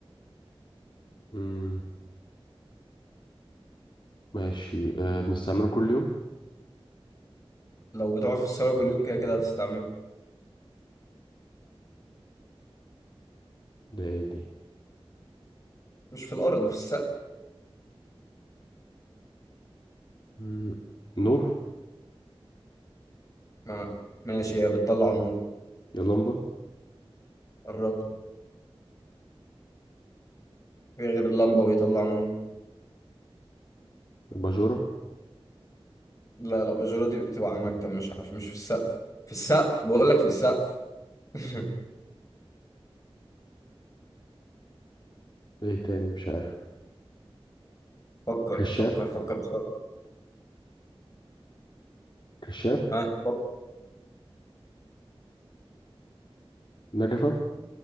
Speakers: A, on the left (about 50°); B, on the left (about 35°).
A: مم. ماشي آه بنستعمله كل يوم
B: لو بتقعد في الصالة كل يوم كده كده هتستعمله
A: ده ايه دي
B: مش في الأرض في السقف
A: مم. نور
B: ما ماشي هي بتطلع نور
A: يا لمبة
B: قربت في غير اللمبة بيطلع نور
A: أباجورة
B: لا الأباجورة دي بتبقى على المكتب مش عارف مش في السقف في السقف بقول لك في السقف <laughs>
A: ايه تاني مش عارف
B: فكر
A: كشاف
B: فكر فكر بسرعة
A: كشاف
B: ها فكر.
A: نجفة